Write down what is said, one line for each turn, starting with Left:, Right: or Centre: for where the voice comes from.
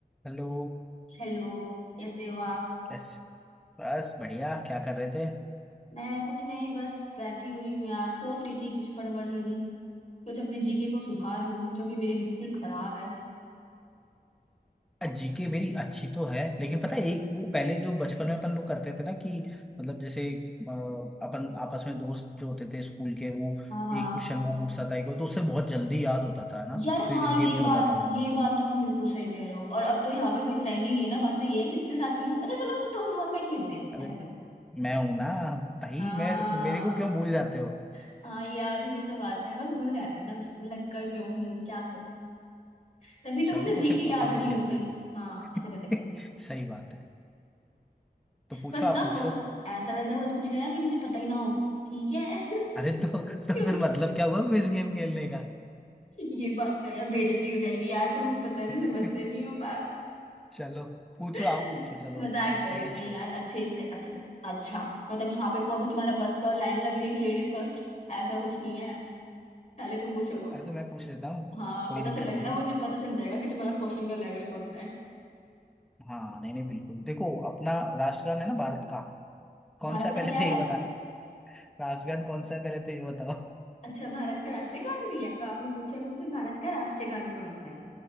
Centre: Hello
Left: Hello कैसे हो आप
Centre: कैसे बस बढ़िया क्या कर रहे थे
Left: मैं कुछ नहीं बस बैठी हुई हूँ यार सोच रही थी कुछ पढ़ वढ़ लूँ कुछ अपने जीके को सुधार लूँ जो कि मेरी बिल्कुल खराब है
Centre: जीके मेरी अच्छी तो है लेकिन पता है एक वो पहले जो बचपन में अपन लोग करते थे ना कि मतलब जैसे अ, अपन आपस में दोस्त जो होते थे स्कूल के वो
Left: हाँ हाँ
Centre: एक क्वेश्चन वो पूछता था एक वो, तो उससे बहुत जल्दी याद होता था ना
Left: यार
Centre: क्विज
Left: हाँ ये
Centre: गेम जो
Left: बात
Centre: होता था वो
Left: ये बात तो तुम बिल्कुल सही कह रहे हो और अब तो यहाँ पे कोई फ्रेंड ही नहीं है ना बात तो ये है किससे साथ खेलूँ अच्छा चलो तुम और मैं खेलते हैं
Centre: अरे
Left: ऐसा करते हैं
Centre: मैं हूं ना भाई
Left: हाँ
Centre: मैं मेरे को क्यों भूल जाते हो
Left: हाँ यार ये तो बात है मैं भूल जाती हूँ ना लग कर जो हूँ क्या करूँ तभी तो
Centre: चलो
Left: मुझे जीके
Centre: तो फिर
Left: याद
Centre: अपन
Left: नहीं
Centre: लोग खेलते
Left: होती
Centre: हैं
Left: हाँ ऐसा करते हैं,
Centre: <laughs>
Left: खेलते हैं।
Centre: सही बात है तो पूछो
Left: पर
Centre: आप
Left: ना
Centre: पूछो
Left: कुछ ऐसा वैसा मत पूछ लेना कि मुझे पता ही ना हो ठीक है <laughs>
Centre: अरे तो तो
Left: क्योंकि
Centre: फिर मतलब क्या हुआ क्विज गेम खेलने का
Left: ये बात तो यार बेइज्जती हो जाएगी यार तुम पता नहीं समझते
Centre: <laughs>
Left: नहीं हो बात
Centre: चलो पूछो
Left: <laughs>
Centre: आप पूछो चलो
Left: मजाक कर
Centre: Ladies
Left: रही हूँ नहीं
Centre: first
Left: यार अच्छे से अच्छे से अच्छा मतलब यहाँ पे कौन सा तुम्हारा बस का लाइन लग रही है कि लेडीज फर्स्ट ऐसा कुछ नहीं है पहले तुम पूछो
Centre: अरे तो मैं पूछ लेता हूँ
Left: हाँ
Centre: कोई
Left: पता
Centre: दिक्कत
Left: चलेगा
Centre: नहीं
Left: ना
Centre: है
Left: मुझे पता चल जाएगा कि तुम्हारा क्वेश्चन का लेवल कौन सा है
Centre: हाँ नहीं नहीं बिल्कुल देखो अपना राष्ट्रगान है ना भारत का कौन
Left: भारत
Centre: सा है
Left: का
Centre: पहले
Left: क्या
Centre: तो
Left: है
Centre: ये बताना राष्ट्रगान कौन सा है पहले तो ये बताओ
Left: अच्छा भारत का राष्ट्रीय गान भी है तो आपने पूछा है मुझसे भारत का राष्ट्रीय गान कौन सा है